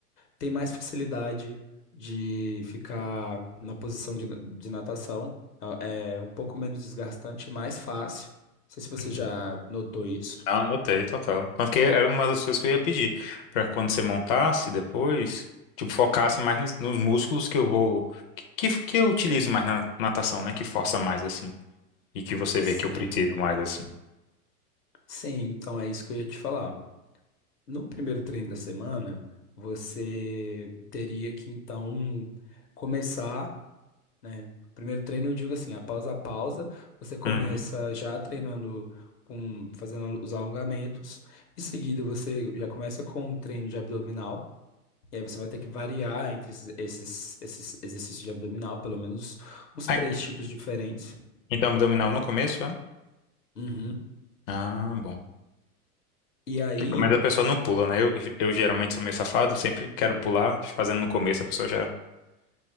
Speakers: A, on the left; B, on the left.
A: tem mais facilidade de ficar na posição de, na- de natação. É é um pouco menos desgastante, mais fácil. Não sei se você
B: Uhum.
A: já notou isso.
B: Ah, anotei, total. Tanto que era uma das coisas que eu ia pedir, pra quando você montasse depois, tipo, focasse mais nos, nos músculos que eu vou. Que, que que eu utilizo mais na natação, né? Que força mais assim. E que você
A: Sim.
B: vê que eu preciso mais assim.
A: Sim, então é isso que eu ia te falar. No primeiro treino da semana, você teria que então começar, né? Primeiro treino, eu digo assim, após a pausa, você começa
B: Uhum.
A: já treinando com fazendo os alongamentos. Em seguida, você já começa com um treino de abdominal. E aí você vai ter que variar entre esses, esses, esses exercícios de abdominal, pelo menos os
B: Ai,
A: três tipos diferentes.
B: então, abdominal no começo, é?
A: Uhum.
B: Ah, bom.
A: E aí,
B: Porque pelo menos a pessoa não pula, né? Eu, eu geralmente sou meio safado, sempre quero pular, fazendo no começo, a pessoa já